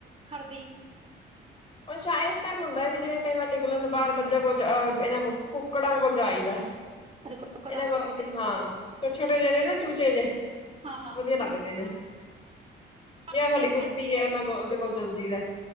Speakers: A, on the right; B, on the left.
A: ਖੜਦੀ।
B: ਅੱਛਾ ਇਸ ਟਾਈਮ ਹੁੰਦਾ ਵੀ ਜਿਵੇਂ ਕਈ ਵਾਰ ਨਿਕਲਣ ਦਾ ਬਾਹਰ ਮੱਝਾਂ ਕੋਲ ਇਹਨਾਂ ਕੋਲ ਕੁੱਕੜਾਂ ਕੋਲ ਜਾਈਦਾ।
A: ਅਰੇ ਕੁੱਕੜਾਂ
B: ਇਹਨਾਂ
A: ਕੋ
B: ਕੋਲ ਮੈਂ ਤੇ ਹਾਂ ਛੋਟੇ-ਛੋਟੇ ਜੇ ਨੇ ਨਾ ਚੂਚੇ ਜਿਹੇ
A: ਹਾਂ ਹਾਂ
B: ਵਧੀਆ ਲੱਗਦੇ ਨੇ। ਜਾਂ
A: ਸਫਾਈ
B: ਸਾਡੀ ਕੁੱਤੀ
A: ਰਹਿੰਦੀ ਏ
B: ਹੈ ਉਹਨਾਂ ਕੋਲ ਉਹਦੇ ਕੋਲ ਚਲ ਜਈਦਾ।